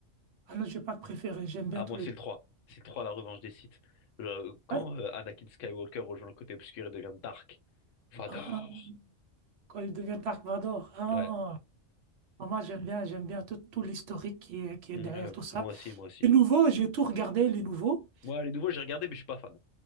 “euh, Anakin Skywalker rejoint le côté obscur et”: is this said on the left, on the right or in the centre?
Left